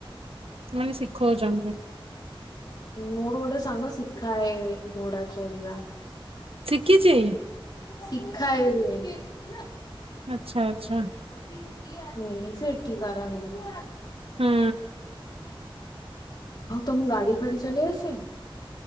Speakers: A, on the right; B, on the left.
A: ମାନେ ଶିଖଉଚନ୍ତି।
B: ମୋର ଗୋଟେ ସାଙ୍ଗ ଶିଖାଏ ଘୋଡା ଚଢ଼ିବା।
A: ଶିଖିଚି।
B: ଶିଖା ରୁ <unintelligible>
A: ଆଚ୍ଛା ଅଚ୍ଛା।
B: <unintelligible> ନ ସେଠ କରାର ନିବୁ
A: ହୁଁ
B: ଆଉ ତମୁ ଗାଡି ଫାଡି ଚଲେଇ ଆସେ?